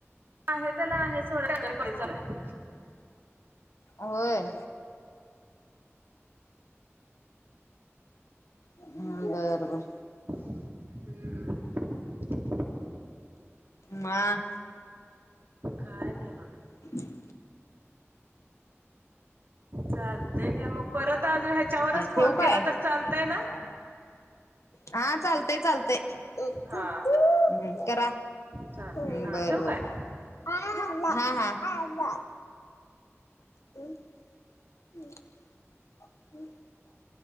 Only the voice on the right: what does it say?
आहे त्याला आहे सोड पैसा आहे.
हम्.
काय नाही बघा.
चालतय घ्या मग परत अज ह्याच्यावरच
फोन
केला तर चालतय ना.
हा
चालतंय
हा ठेवू
काय